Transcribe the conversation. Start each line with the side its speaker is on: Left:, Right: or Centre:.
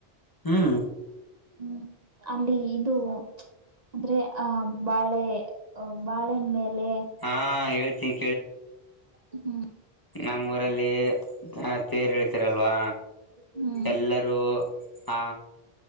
Left: ಹು.
Right: ಹು ಅಲ್ಲಿ ಇದು ಪ್ಚ್ ಅಂದ್ರೆ ಅ ಬಾಳೆ. ಅ ಬಾಳೆನ್ ಮೇಲೆ
Left: ಹಾ ಹೇಳ್ತೀನಿ
Right: ಹು
Left: ನಮ್ಮ ಊರಲ್ಲಿ ಜನಾ ತೇರು ಹಳಿತಾರಲ್ವಾ
Right: ಹ್ಮ್
Left: ಎಲ್ಲರೂ. ಹಾ